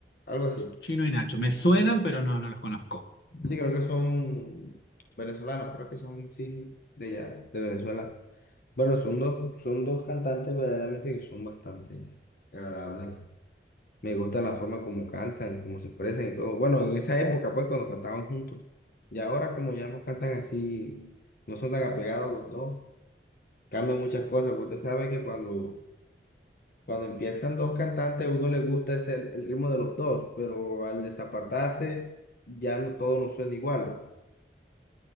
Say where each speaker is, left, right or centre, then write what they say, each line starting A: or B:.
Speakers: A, on the left; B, on the left.
A: algo así.
B: Chino y Nacho. Me suenan, pero no, no los conozco.
A: Sí, creo que son venezolanos, creo que son, sí, de allá, de Venezuela. Bueno, son dos, son dos cantantes verdaderamente que son bastante agradables. Me gusta la forma como cantan, cómo se expresan y todo. Bueno, en esa época, pues, cuando cantaban juntos. Y ahora, como ya no cantan así, no son tan apegados los dos, cambian muchas cosas. Porque usted sabe que cuando, cuando empiezan dos cantantes, uno le gusta ese- el ritmo de los dos, pero al desapartarse, ya no, todo no suena igual.